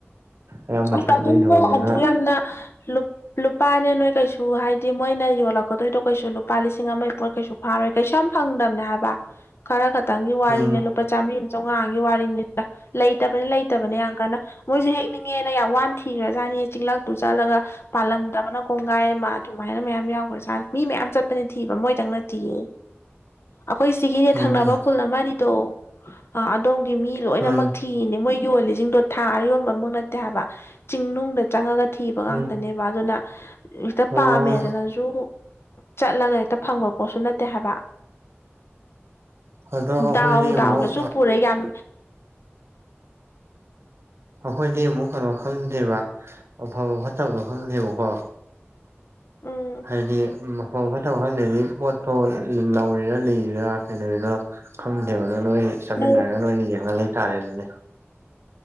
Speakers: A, on the right; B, on the left.
A: ꯑꯌꯥꯝꯕ
B: ꯑꯁ
A: ꯁꯔꯨꯛ
B: ꯑꯗꯨꯝ
A: ꯂꯩꯗꯣꯔꯕꯅꯤꯅ
B: ꯅ‌ꯣ ꯑꯗꯨꯛ ꯌꯥꯝꯅ ꯂꯨꯞ ꯂꯨꯄꯥꯅꯦ ꯅꯣꯏ ꯀꯩꯁꯨ ꯍꯥꯏꯗꯤ ꯃꯣꯏꯅ ꯌꯣꯜꯂꯛꯀꯗꯣꯏꯗꯣ ꯀꯩꯁꯨ ꯂꯨꯄꯥ ꯂꯤꯁꯤꯡ ꯑꯃ ꯄꯣꯏ ꯀꯩꯁꯨ ꯐꯔꯣꯏ ꯀꯩꯁꯨ ꯌꯥꯝ ꯐꯪꯗꯕꯅꯦ ꯍꯥꯏꯕ ꯈꯔ ꯈꯛꯇꯪꯒꯤ ꯋꯥꯔꯤꯅꯦ
A: ꯎꯝ
B: ꯂꯨꯄꯥ ꯆꯥꯝꯔꯤ ꯑꯃ ꯆꯥꯝꯃꯉꯥꯒꯤ ꯋꯥꯔꯤꯅꯤ ꯂꯩꯇꯕꯅꯤ ꯂꯩꯇꯕꯅꯤ ꯌꯥꯝ ꯀꯥꯟꯅ ꯃꯣꯏꯁꯨ ꯍꯦꯛꯅꯤꯡ ꯆꯤꯡꯉꯦꯅ ꯌꯥꯝ ꯋꯥꯅ ꯊꯤꯈ꯭ꯔꯥꯖꯥꯠꯅꯤꯍ‌ꯦ‌ ꯆꯤꯡꯂꯛꯇꯨ ꯆꯠꯂꯒ ꯄꯥꯜꯂꯝꯗꯕꯅ ꯀꯣꯡꯒꯥꯏ ꯑꯃ ꯑꯗꯨꯃꯥꯏꯅ ꯃꯌꯥꯝ ꯌꯥꯎꯈ꯭ꯔꯖꯥꯠꯅꯤ ꯃꯤ ꯃꯌꯥꯝ ꯆꯠꯄꯅꯤ ꯊꯤꯕ ꯃꯣꯏꯗꯪ ꯅꯠꯇꯤꯌꯦ ꯑꯩꯈꯣꯏ ꯁꯤꯒꯤꯅ‌ꯦ
A: ꯎꯝ
B: ꯊꯪꯅꯕ ꯈꯨꯜ ꯑꯃ ꯑꯅꯤꯗꯣ ꯑ ꯑꯗꯣꯝꯒꯤ ꯃꯤ ꯂꯣꯏꯅꯃꯛ
A: ꯎꯝ
B: ꯊꯤꯔꯤꯅꯦ ꯃꯣꯏ ꯌꯣꯜꯂꯤꯁꯤꯡꯗꯣ ꯊꯥꯔ ꯌꯣꯟꯕ ꯑꯝ ꯍꯥꯏꯕ ꯆꯤꯡꯅꯨꯡꯗ ꯆꯪꯉꯒ ꯊꯤꯕ ꯉꯥꯛꯇꯅꯦꯕ
A: ꯎꯝ
B: ꯑꯗꯨꯅ ꯍꯦꯛꯇꯥ
A: ꯑꯣ
B: ꯄꯥꯝꯃꯦꯗꯅꯁꯨ ꯆꯠꯂꯒ ꯍꯦꯛꯇ ꯐꯪꯕ ꯄꯣꯠꯁꯨ ꯅꯠꯇꯦ ꯍꯥꯏꯕ
A: ꯑꯗꯣ ꯑꯩꯈꯣꯏꯗꯤ
B: ꯗꯥꯎ
A: ꯑꯃꯨꯛ
B: ꯗꯥꯎꯗꯁꯨ ꯄꯔꯦ ꯌꯥꯝ
A: ꯑꯩꯈꯣꯏꯗꯤ ꯑꯃꯨꯛ ꯀꯩꯅꯣ ꯈꯪꯗꯦꯕ ꯑꯐ ꯐꯠꯇꯕꯗꯣ ꯈꯪꯗꯦꯕꯀꯣ
B: ꯎꯝ
A: ꯍꯥꯏꯗꯤ ꯐꯥꯕ ꯐꯠꯇꯕ ꯈꯪꯗꯦꯗꯤ ꯄꯣꯠꯇꯣ ꯅꯧꯔꯤꯔꯥ ꯂꯩꯔꯤꯔꯥ ꯀꯩꯗꯧꯔꯤꯅ ꯈꯪꯗꯦꯕ ꯑꯗꯨ ꯅꯣꯏ ꯆꯠꯃꯤꯟꯅꯔꯒ
B: ꯂꯧ
A: ꯅꯣꯏꯅ ꯌꯦꯡꯉ ꯂꯩꯇꯥꯥꯔꯦ ꯑꯗꯨꯅꯦ